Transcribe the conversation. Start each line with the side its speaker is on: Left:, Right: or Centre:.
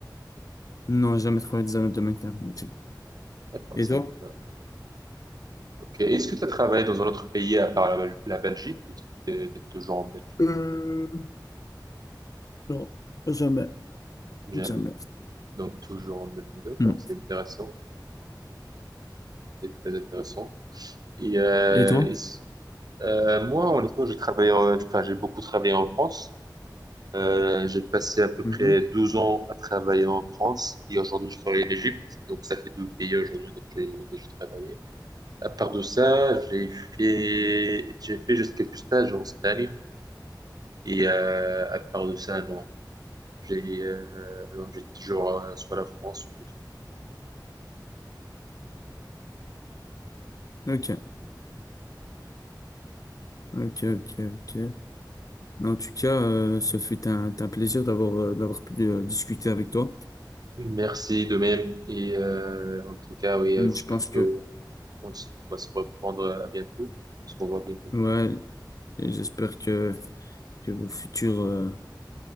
Left: Non, j'ai jamais travaillé dans un autre domaine qu'informatique.
Right: D'accord,
Left: Et
Right: c'est
Left: toi?
Right: intéressant. Ok. Est-ce que tu as travaillé dans un autre pays à part la, la Belgique ou tu es toujours en Belgique?
Left: Euh, non, jamais,
Right: Jamais.
Left: jamais.
Right: Donc, toujours en Belgique, d'accord,
Left: Mm.
Right: c'est intéressant, c'est très intéressant. Et, euh,
Left: Et toi?
Right: et s- euh, moi, honnêtement, j'ai travaillé, en- enfin, j'ai beaucoup travaillé en France. Euh, j'ai passé à peu près
Left: Mhm.
Right: 12 ans à travailler en France et aujourd'hui, je travaille en Égypte. Donc, ça fait deux pays aujourd'hui, donc j'ai déjà travaillé. À part de ça, j'ai fait, j'ai fait juste quelques stages en Espagne. Et euh, à part de ça, non, j'ai euh, non, j'ai toujours euh, soit la France, soit l'Égypte.
Left: Ok, ok, ok, ok. En tout cas, euh, ce fut un, un plaisir d'avoir euh, d'avoir pu euh, discuter avec toi.
Right: Merci de même. Et euh, en tout cas, oui,
Left: Hum,
Right: euh, j'espère
Left: Je pense que
Right: qu'on on se- on va se reprendre à bientôt. On se revoit bientôt.
Left: ouais, et j'espère que que vos futurs euh,